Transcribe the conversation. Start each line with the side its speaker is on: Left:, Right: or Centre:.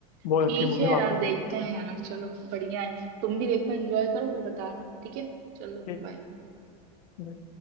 Left: बहुत
Right: ठीक
Left: अच्छी मूवी
Right: है
Left: वापस
Right: यार देखते
Left: है
Right: हैं यार चलो बढ़िया है तुम भी देखो एंजॉय करो फिर बताना ठीक है चलो
Left: ठीक
Right: बाय
Left: है